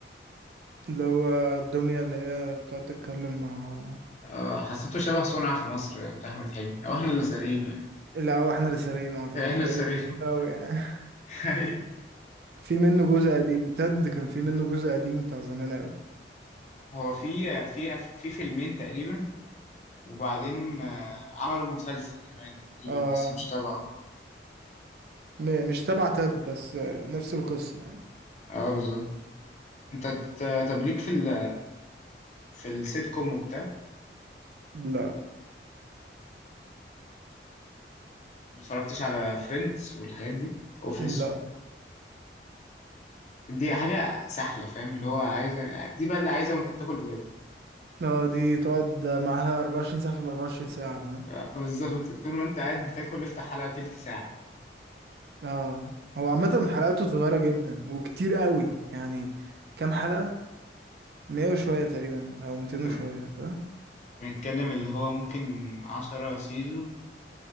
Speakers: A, on the right (about 60°); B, on the left (about 40°).
A: اللي هو الدمية اللي هي تقعد تتكلم مع
B: اه حسيته شبه صنع في مصر بتاع احمد حلمي او احنا اللي سارقينه يعني
A: لا هو احنا اللي سارقينه
B: <laughs>
A: اعتقد
B: احنا اللي
A: لانه
B: سارقينه
A: قديم اوي يعني
B: <laughs>
A: <laughs> في منه جزء قديم تد كان في منه جزء قديم بتاع زمان اوي
B: هو في في في فيلمين تقريبا وبعدين آه، عملوا مسلسل كمان تقريبا
A: اه
B: بس مش تبعه
A: م- مش تبع تد بس آه، نفس القصة يعني.
B: اه بالظبط انت ت- طب ليك في ال في السيت كوم وبتاع
A: لا
B: ما اتفرجتش على فريندز والحاجات دي اوفيس
A: لا
B: دي حاجة سهلة فاهم اللي هو عايزة دي بقى اللي عايزة وانت بتاكل بجد
A: اه دي تقعد معاها 24 ساعة في ال 24 ساعة فاهم
B: آه، بالظبط طول ما انت قاعد بتاكل افتح حلقة تلت ساعة
A: اه هو عامة حلقاته صغيرة جدا وكتير قوي يعني كام حلقة؟ 100 وشوية تقريبا او 200
B: بن...
A: وشوية صح؟
B: بنتكلم اللي هو ممكن عشرة سيزون